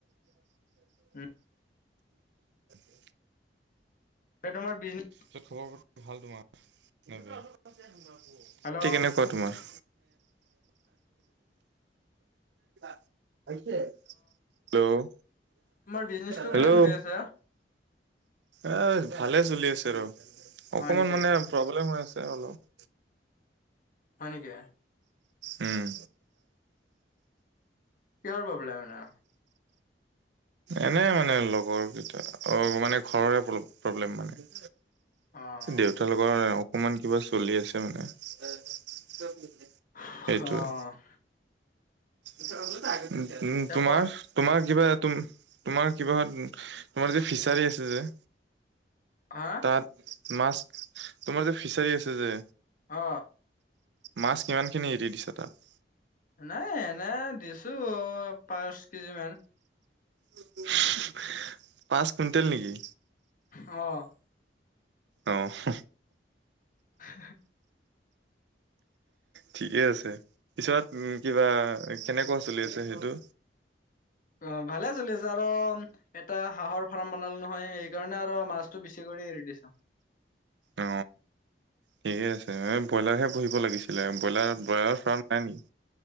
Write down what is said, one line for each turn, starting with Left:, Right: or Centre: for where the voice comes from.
Left: উম।
Right: <unintelligible>
Left: এই, তোমাৰ বিজনে
Right: সেই খবৰবোৰ ভাল তোমাৰ? এতিয়া কেনেকোৱা
Left: হেল্ল'
Right: তোমাৰ <unintelligible> হেল্ল'
Left: তোমাৰ বিজনেচটো
Right: হেল্ল'
Left: কেনে চলি আছে?
Right: এ ভালে চলি আছে ৰ
Left: হয়
Right: অকমান
Left: নেকি?
Right: মানে প্ৰব্লেম হৈ আছে অলপ।
Left: হয় নেকি?
Right: উম।
Left: কিহৰ প্ৰব্লেম হয় ন?
Right: এনে মানে লগৰ কেইটা অ মানে ঘৰৰে প্ৰব্লেম মানে।
Left: অ'।
Right: দেউতা লগ আ অকমান কিবা চলি আছে মানে
Left: অ
Right: সেইটোৱে। উম উ
Left: টেপৰ
Right: তোমাৰ? তোমাৰ কিবা তো তোমাৰ কিবাহত তোমাৰ যে ফিচাৰী আছে যে
Left: হা?
Right: তাত মাছ তোমাৰ যে ফিচাৰী আছে যে
Left: অ
Right: মাছ কিমানখিনি এৰি দিছ তাত?
Left: নাই এনে দিছো পাঁচ কেজি মান।
Right: হু হু পাঁচ কুইণ্টেল নেকি?
Left: অ
Right: অ হ
Left: হে হে
Right: ঠিকে আছে পিছত উম কিবা কেনেকোৱা চলি আছে সেইটো?
Left: অ ভালে চলি আছে আৰু এটা হাঁহৰ ফাৰ্ম বনালো নহয় সেইকাৰণে আৰু মাছটো বেছি কৰি এৰি দিছো।
Right: অ ঠিকে আছে এ ব্ৰইলাৰহে পোহিব লাগিছিল। ব্ৰইলা ব্ৰইলাৰ ফাৰ্ম নাই নেকি?